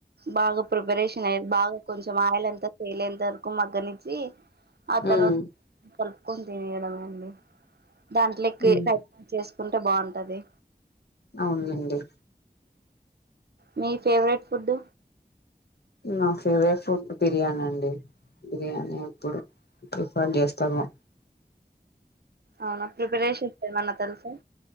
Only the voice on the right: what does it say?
బాగా ప్రిపరేషన్ అయి బాగా కొంచం ఆయిల్ అంతా తేలె అంతవరకు మగ్గనిచ్చి, ఆ తర్వాత్
కల్ప్ కొన్ తినేయడమే అండి. దాంట్లెక్కి
రైతాని చేస్ కుంటే బాంటది.
మీ ఫేవరెట్ ఫుడ్డు?
అవునా, ప్రిపరేషన్ ఏమన్న తెల్సా?